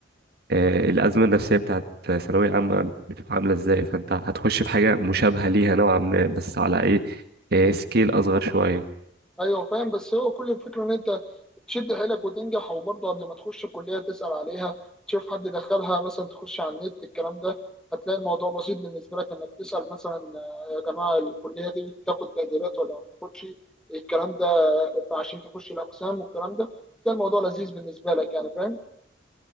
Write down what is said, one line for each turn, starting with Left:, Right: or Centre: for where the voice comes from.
Right: آه الازمة النفسية بتاعت ثانوية عامة بتبقى عاملة ازاي فانت هتخش في حاجة مشابهة ليها نوعا ما بس على ايه آه سكيل اصغر شوية
Centre: ايوه فاهم بس هو كل الفكره ان انت تشد حيلك وتنجح وبرضه قبل ما تخش الكليه تسال عليها تشوف حد دخلها مثلا تخش على النت الكلام ده هتلاقي الموضوع بسيط بالنسبه لك انك تسال مثلا آه، يا جماعه الكليه دي بتاخد تقديرات ولا ما بتاخدش الكلام ده عشان تخش الاقسام والكلام ده تلاقي الموضوع لذيذ بالنسبه لك يعني فاهم